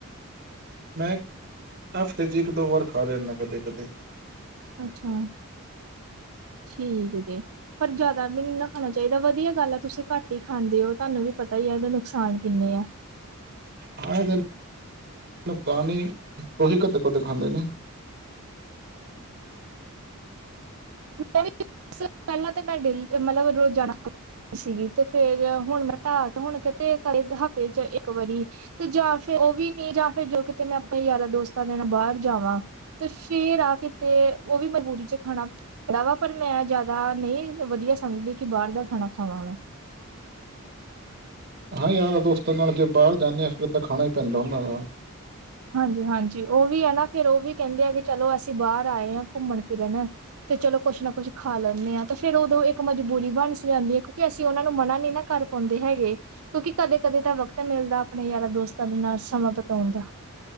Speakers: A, on the right; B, on the right.
A: ਮੈਂ ਹਫ਼ਤੇ ਚ ਇੱਕ-ਦੋ ਵਾਰ ਖਾ ਲੈਂਣਾ ਕਦੇ-ਕਦੇ।
B: ਅੱਛਾ। ਠੀਕ ਜੇ ਪਰ ਜ਼ਿਆਦਾ ਵੀ ਨ ਨਾ ਖਾਣਾ ਚਾਇਦਾ ਵਧੀਆ ਗੱਲ ਐ ਤੁਸੀਂ ਘੱਟ ਈ ਖਾਂਦੇ ਓ। ਤਾਨੂੰ ਵੀ ਪਤਾ ਈ ਆ ਏਦੇ ਨੁਕਸਾਨ ਕਿੰਨੇ ਆ
A: ਹਾਂ ਐਦੇ ਨੁਕਸਾਨ ਈ ਤੁਹੀ ਕਦੋ-ਕਦੋ ਖਾਂਦੇ ਨੇ
B: ਮੈ ਵੀ ਪੈਲਾਂ ਤਾਂ ਮੈਂ ਡੇਲੀ ਮਤਲਬ ਰੋਜ਼ ਜਾਣਾ ਸੀਗੀ ਤੇ ਫੇਰ ਹੁਣ ਮੈਂ ਢਾਹ ਕੇ ਹੁਣ ਕਿਤੇ ਕਈ ਹਫ਼ਤੇ ਚ ਇੱਕ ਵਾਰੀ ਤੇ ਜਾਂ ਫੇਰ ਓ ਵੀ ਨੀ ਜਾਂ ਫੇਰ ਜੋ ਕਿਤੇ ਮੈਂ ਆਪਣੇ ਯਾਰਾਂ- ਦੋਸਤਾਂ ਦੇ ਨਾ ਬਾਰ ਜਾਵਾਂ। ਤੇ ਫੇਰ ਆ ਕਿਤੇ ਓ ਵੀ ਮਜ਼ਬੂਰੀ ਚ ਖਾਣਾ ਪਰਾਵਾ ਪਰ ਮੈਂ ਜ਼ਿਆਦਾ ਨੀ ਵਧੀਆ ਸਮਝਦੀ ਕਿ ਬਾਰ ਦਾ ਖਾਣਾ ਖਾਵਾਂ ਮੈਂ।
A: ਹਾਂ ਯਾਰ-ਦੋਸਤਾਂ ਨਾਲ ਜੇ ਬਾਰ ਜਾਂਦੇ ਆਾਂ ਫੇਰ ਤਾਂ ਖਾਣਾ ਹੀ ਪੈਂਦਾ ਓਨਾਂ ਨਾਲ
B: ਹਾਂਜੀ-ਹਾਂਜੀ ਓ ਵੀ ਐ ਨਾ ਫੇਰ ਓ ਵੀ ਕਹਿੰਦੇ ਆ ਕਿ ਚਲੋ ਅਸੀਂ ਬਾਹਰ ਆਏ ਹਾਂ ਕੁੰਮਣ-ਫਿਰਨ। ਤੇ ਚਲੋ ਕੁੱਛ ਨਾ ਕੁੱਝ ਖਾ ਲੈਂਣੇ ਆ ਤੇ ਫੇਰ ਉਦੋਂ ਇੱਕ ਮਜਬੂਰੀ ਬਣਸ ਜਾਂਦੀ ਐ ਕਿਉਂਕਿ ਅਸੀਂ ਓਨਾ ਨੂੰ ਮਨਾ ਨੀ ਨਾ ਕਰ ਪਾਉਂਦੇ ਹੈਗੇ ਕਿਉਂਕਿ ਕਦੇ-ਕਦੇ ਤਾਂ ਵਕਤ ਮਿਲਦਾ ਆਪਣੇ ਯਾਰਾਂ-ਦੋਸਤਾਂ ਦੇ ਨਾਲ ਸਮਾਂ ਬਿਤਾਓਣ ਦਾ।